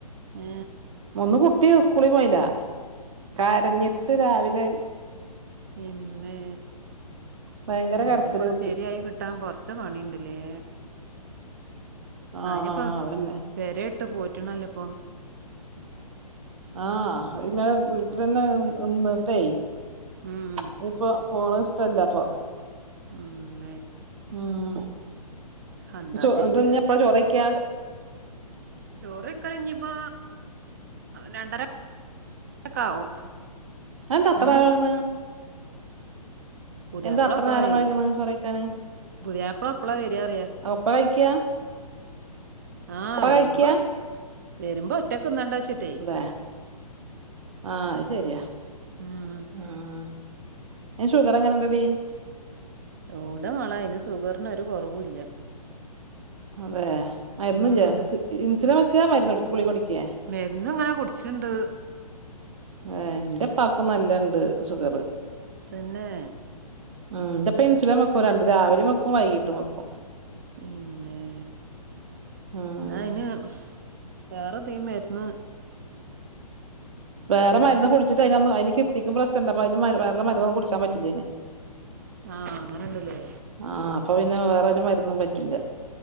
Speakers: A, on the right; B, on the right.
A: ഏ
B: ഒന്ന് കുട്ടി സ്കൂളിൽ പോയില്ല കരഞ്ഞിട്ട് രാവിലെ
A: പിന്നെ
B: ഭയങ്കര
A: അയിനിപ്പ
B: കരച്ചില്
A: അതു
B: കുട്ടി
A: ശരിയായി കിട്ട കിട്ടാൻ കുറച്ച് പണിയുണ്ടല്ലേ.
B: ആഹ്
A: അയിനിപ്പോ
B: ആഹ് അതന്നെ
A: പൊര ഇട്ട് പൂട്ടണമല്ലോ ഇപ്പോ.
B: ആഹ് അത് ഇന്നലെ വിളിച്ചെണ്ടായിരുന്നു അന്നെട്ടെ
A: ഉം
B: അതിപ്പോ. ഫോണ് ഇഷ്ടല്ല അപ്പൊ.
A: ഉം
B: ഉം
A: എന്താ
B: ഇത്
A: ചെയ്യ
B: എപ്പഴാ ചോറ് കഴിക്കാ.
A: ചോറൊക്കെ ഇനിയിപ്പോ രണ്ടരക്ക ആവും.
B: അത് എന്താ അത്ര
A: ഉം
B: വൈകുന്നെ.
A: പുതിയാപ്ല
B: എന്താ അത്ര
A: അപ്പലാ
B: നേരം
A: വെരാ
B: വൈക്ണ് ചോറയ്ക്കാന്
A: പുതിയാപ്ല അപ്പള് വെരാ അറിയ.
B: ഒപ്പാ കഴിക്ക്യാ
A: ആഹ് വരുമ്പ
B: കഴിക്കാ
A: വരുമ്പ ഒറ്റക്ക് തിന്നണ്ടാച്ചിട്ട്.
B: ബെ ആഹ് അത് ശരിയാ
A: ഉം
B: ആഹ്. അയിന് ഷുഗറെങ്ങനെണ്ടടി.
A: യോവ്ടെമളെ അയിന് ഷുഗറിനൊരു കൊറവൂല്ല്യാ
B: അതെ മരുന്നില്ലേ
A: ഉം
B: ഇൻസുലിൻ വെക്കാ മരുന്ന് ഗുളിക കുടിക്കേ.
A: മെര്ന്ന്ങ്ങനെ കുടിച്ചിണ്ട്.
B: ഏഹ് ന്റെ ഉപ്പാക്കും നല്ലണ്ട് ഷുഗറ്.
A: തന്നെ
B: ഉം ഇന്റപ്പ ഇൻസുലിൻ വെക്കും രണ്ട് രാവിലിം വെക്കും വൈകീട്ട് വെക്കും.
A: പിന്നേ
B: ഉം
A: ന്നാ അയിന് വേറെ എന്തെങ്കിലും മരുന്ന്.
B: വേറെ മരുന്ന്
A: ഉം
B: കുടിച്ചിട്ട് അയിന് കിഡ്നിക്കും പ്രശ്നണ്ട് അപ്പ അയിന് വേറെ മരുന്നൊന്നും കുടിക്കാൻ പറ്റൂല അയിന്.
A: ആഹ് അങ്ങനെണ്ട്ലേ
B: ആഹ് അപ്പൊ പിന്നെ വേറൊരു മരുന്നും പറ്റില്ല.